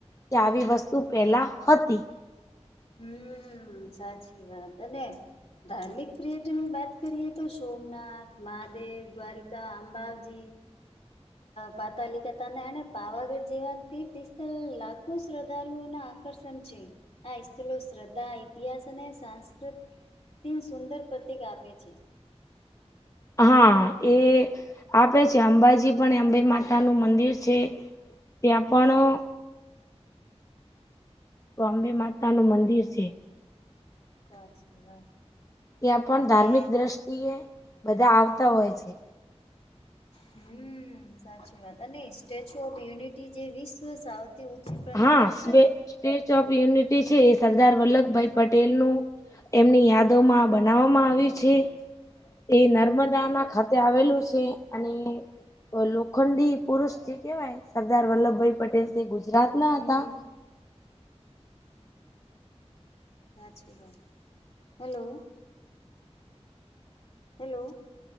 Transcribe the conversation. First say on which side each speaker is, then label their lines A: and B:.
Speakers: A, on the left (about 30°); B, on the left (about 65°).
A: કે આવી વસ્તુ પેલા હતી
B: હમ સાચી વાત અને ધાર્મિક પર્યટન ની વાત કરીએ તો સોમનાથ મહાદેવ દ્વારિકા અંબાજી પાતાલી કા તાને એણે પાવાગઢ જેવા તીર્થ સ્થળ લાખો શ્રદ્ધાળુઓના આકર્ષણ છે આઈસ શ્રદ્ધા ઇતિહાસ અને સાસ્કૃત સુંદર પ્રતીક આપે છે
A: હા એ આપે છે અંબાજી પણ અંબે માતા નું મંદિર છે ત્યાં પણ તો અંબે માતા નું મંદિર છે
B: સાચી વાત
A: ત્યાં પણ
B: અને
A: ધાર્મિક દ્રષ્ટિએ બધા આવતા હોય છે
B: હમ સાચી વાત અને સ્ટેચ્યુ ઓફ યુનિટી જે વિશ્વ સૌથી ઉચુ પ્રતિભા
A: હા સ્વે
B: છે
A: સ્ટેચ્યુ ઓફ યુનિટી છે એ સરદાર વલ્લભભાઈ પટેલનું એમની યાદોમાં બનાવવામાં આવ્યું છે એ નર્મદા ના ખાતે આવેલું છે અને તો લોખંડી પુરુષ જે કેવાય સરદાર વલ્લભભાઈ પટેલ તે ગુજરાત ના
B: હમ
A: હતા
B: સાચી વાત હેલો હેલો